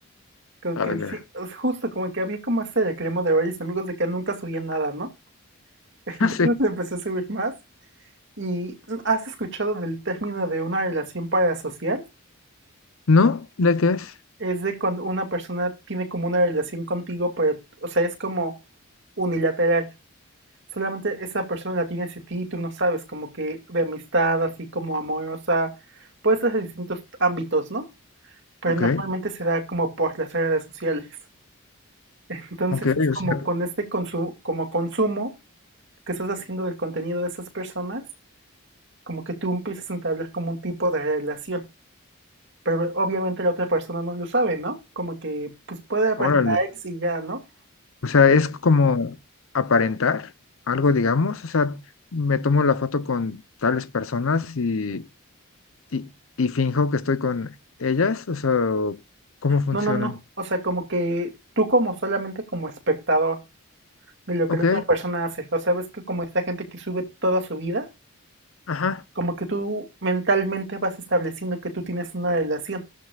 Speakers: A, on the right (about 55°); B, on the left (about 70°).
A: Como
B: A
A: que
B: ver,
A: sí, es justo como que había como este reclamo de varios amigos de que nunca subía nada, ¿no?
B: <laughs>
A: <laughs> Entonces
B: no
A: empecé a subir más. ¿Y has escuchado del término de una relación parasocial?
B: ¿No? ¿De qué es?
A: Es de cuando una persona tiene como una relación contigo, pero, o sea, es como unilateral. Solamente esa persona la tiene hacia ti y tú no sabes, como que de amistad, así como amorosa. Puede ser de distintos ámbitos, ¿no? Pero
B: Ok,
A: normalmente se da como por las redes sociales. Entonces
B: ok,
A: es como
B: o sea,
A: con este consumo, como consumo que estás haciendo del contenido de esas personas, como que tú empiezas a entablar como un tipo de relación. Pero obviamente la otra persona no lo sabe, ¿no? Como que pues puede haber
B: órale.
A: likes y ya, ¿no?
B: O sea, es como aparentar algo, digamos. O sea, me tomo la foto con tales personas y y, y finjo que estoy con ellas, o sea, o ¿cómo funcionan?
A: No, no, no. O sea, como que tú como solamente como espectador de lo
B: Ok,
A: que la otra persona hace. O sea, ves que como esta gente que sube toda su vida,
B: ajá.
A: como que tú mentalmente vas estableciendo que tú tienes una relación